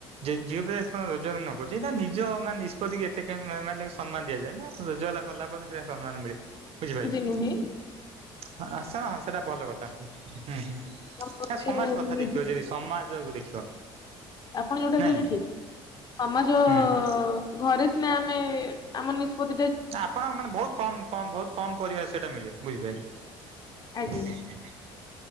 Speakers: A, on the right (about 55°); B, on the left (about 35°).
A: ଯେ ଝିଅ ପିଲା ଯେପର୍ଯ୍ୟନ୍ତ ରୋଜଗାର ନ କରୁଛି ନିଜ ମାନେ ନିଷ୍ପତ୍ତି ଏତେ କାଇଁ ମା ମା ସମ୍ମାନ ଦିଆଯାଏ ନା ରୋଜଗାଲ କଲା ପରେ ସେଟା ସମ୍ମାନ ମିଳେ ବୁଝିପାରିଲ।
B: ହୁଁ ହୁଁ।
A: <unintelligible> ସେଇଟା ଭଲ କଥା ହୁଁ ହୁଁ।
B: ଆମ ଘରେ
A: ସମାଜ କଥା
B: ନିଜେ
A: ଦେଖିବ ଯଦି ସମାଜକୁ ଦେଖିବ।
B: ଆପଣ ଯୋଉଟା
A: ନାଇଁ
B: କହିଲେ ଠିକ। ସମାଜ
A: ହୁଁ ହୁଁ
B: ଘରେ ସିନା ଆମେ ଆମ ନିଷ୍ପତି
A: ନା ଆପଣ ମାନେ ବହୁତ କମ କମ ବହୁତ କମ ପରିବାରେ ସେଇଟା ମିଳେ ବୁଝିପାରିଲେ। <inaudible>
B: ଆଜ୍ଞା